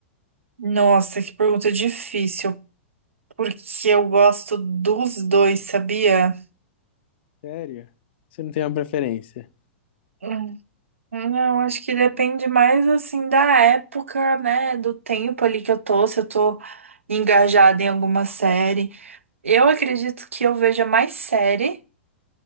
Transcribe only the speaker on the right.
Nossa, que pergunta difícil. Porque eu gosto dos dois, sabia?
Hum, Não, acho que depende mais assim da época, né? Do tempo ali que eu tô, se eu tô engajada em alguma série. Eu acredito que eu veja mais série.